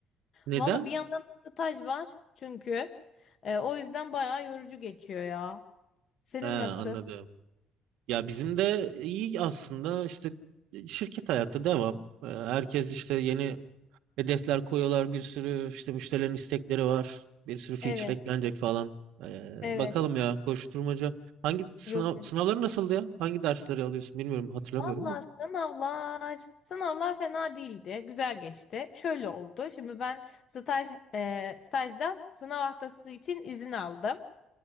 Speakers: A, on the right; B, on the left.
A: Neden?
B: Valla bir yandan staj var çünkü. E, o yüzden bayağı yorucu geçiyor ya. Senin
A: He, anladım.
B: nasıl?
A: Ya bizim de iyi aslında işte şirket hayatı devam. Ee, Herkes işte yeni hedefler koyuyorlar. Bir sürü işte müşterilerin istekleri var. Bir sürü feature
B: Evet,
A: eklenecek falan. Ee,
B: evet.
A: bakalım ya koşturmaca. Hangi sınav
B: Yok.
A: sınavları nasıldı ya? Hangi dersleri alıyorsun bilmiyorum hatırlamıyorum
B: Valla
A: da.
B: sınavlar, sınavlar fena değildi, güzel geçti. Şöyle oldu, şimdi ben staj e, stajdan sınav haftası için izin aldım.